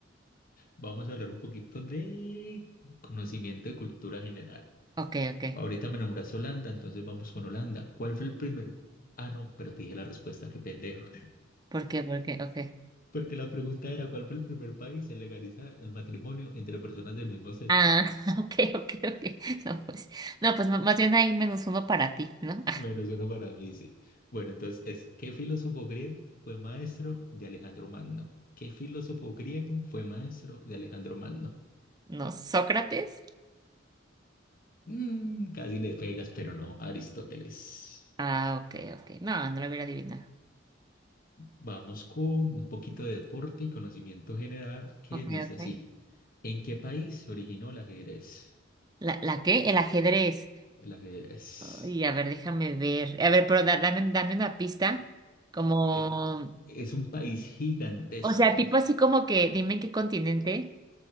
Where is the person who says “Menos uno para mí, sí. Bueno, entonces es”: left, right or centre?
Left